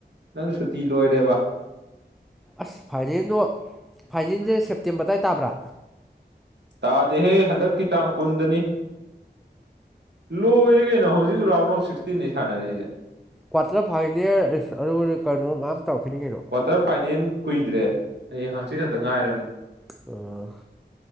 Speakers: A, on the right; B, in the centre.
A: ꯅꯪ ꯁꯨꯇꯤ ꯂꯣꯏꯔꯦꯕ
B: ꯑꯁ ꯐꯥꯏꯅꯜꯗꯣ ꯐꯥꯏꯅꯜꯁꯦ ꯁꯦꯞꯇꯦꯝꯕꯔꯗꯥꯏ ꯇꯥꯕ꯭ꯔꯥ
A: ꯇꯥꯗꯦꯍꯦ ꯍꯟꯗꯛꯀꯤ ꯇꯥꯡ ꯀꯨꯟꯗꯅꯤ ꯂꯣꯏꯔꯤ ꯀꯩꯅꯣ ꯍꯧꯖꯤꯛ ꯔꯥꯎꯟ ꯑꯣꯐ ꯁꯤꯛꯁꯇꯤꯅꯤ ꯁꯥꯟꯅꯔꯤꯁꯦ
B: ꯀ꯭ꯋꯥꯔꯇꯔ ꯐꯥꯏꯅꯦꯜ ꯑꯗꯨ ꯀꯩꯅꯣ ꯇꯧꯔꯛꯈꯤꯅꯤ ꯀꯩꯅꯣ
A: ꯀ꯭ꯋꯥꯇꯔ ꯐꯥꯏꯅꯦꯜ ꯀꯨꯏꯗ꯭ꯔꯦ ꯍꯌꯦꯡ ꯍꯛꯆꯤ ꯈꯛꯇ ꯉꯥꯏꯔꯕꯅꯤ
B: ꯑꯣ